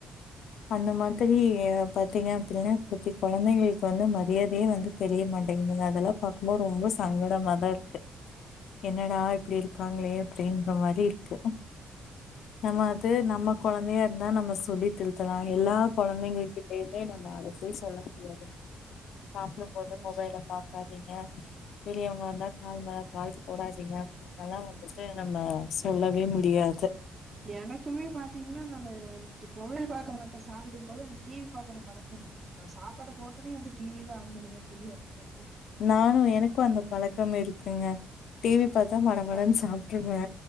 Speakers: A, on the left; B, on the right.
A: அந்த மாரி பாத்தீங்க அப்பிடின்னா குட்டி கொழந்தைங்களுக்கு வந்து மரியாதையே வந்து தெரிய மாட்டேங்குது அதெல்லா பார்க்கும்போது ரொம்ப சங்கடமாதா இருக்கு என்னடா இப்படி இருக்காங்களே அப்டின்ற மாரி இரு க்கு நம்ம அது
B: ஆமா ஆமா
A: நம்ம கொழந்தையா இருந்தா நம்ம சொல்லி திருத்தலா எல்லா கொழந்தைங்க கிட்டையுமே நம்ம அத போய் சொல்ல முடியாது சாப்புடம் போது
B: ம்
A: மொபைல பாக்காதீங்க பெரியவங்க வந்தா கால் மேல கால் போடாதீங்க எல்லா வந்துட்டு நம்ம சொல்லவே முடியாது
B: எனக்குமே பாத்தீங்னா நானு ட் மொபைல் பாக்க மாட்டே சாப்பிடும் போது டி வி பாக்குற பழக்கம் இருக்கு நா சாப்பாட்ட போட்டோனே வந்து டி வி தா ஆன் பண்ணுவே ஃப்ரீயா இருக்குற அப்போ
A: நானு எனக்கோ அந்த பழக்கம் இருக்குங்க டி வி பாதா மடமடன்னு
B: அ
A: சாப்டுருவே